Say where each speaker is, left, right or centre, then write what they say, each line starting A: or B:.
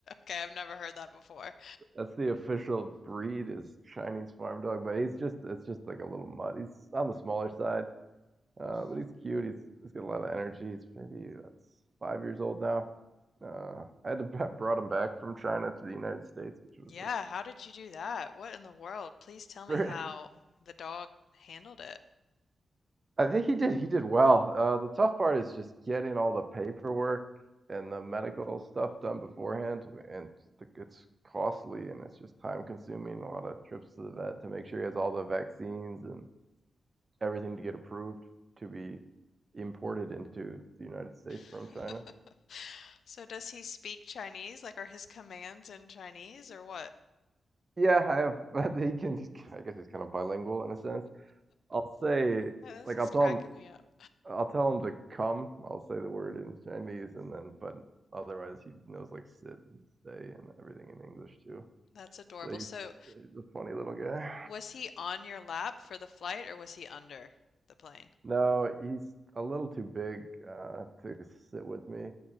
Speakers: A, on the left (about 80°); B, on the right (about 30°).
A: Okay, I've never heard that before.
B: That's the official breed is Chinese farm dog, but he's just it's just like a little mutt. He's on the smaller side, uh,
A: Oh.
B: but he's cute. He's he's got a lot of energy. He's maybe that's five years old now. Uh, I had to I <laughs> brought him back from China to the United States, which was
A: Yeah,
B: a
A: how did you do that? What in the world? Please tell me
B: <laughs> very.
A: how the dog handled it.
B: I think he did he did well. Uh, the tough part is just getting all the paperwork and the medical stuff done beforehand, and it's costly and it's just time consuming. A lot of trips to the vet to make sure he has all the vaccines and everything to get approved to be imported into the United States from
A: <laughs>
B: China.
A: So does he speak Chinese? Like are his commands in Chinese or what?
B: Yeah, I have. <laughs> But he can. He's, I guess he's kind of bilingual in a sense. I'll say,
A: Oh, This
B: like,
A: is
B: I'll tell
A: cracking
B: him.
A: me up.
B: I'll tell him to come. I'll say the word in Chinese, and then, but otherwise, he knows like sit and stay and everything in English too.
A: That's adorable.
B: So he's,
A: So
B: he's a funny little guy.
A: was he on your lap for the flight or was he under the plane?
B: No, he's a little too big uh, to sit with me.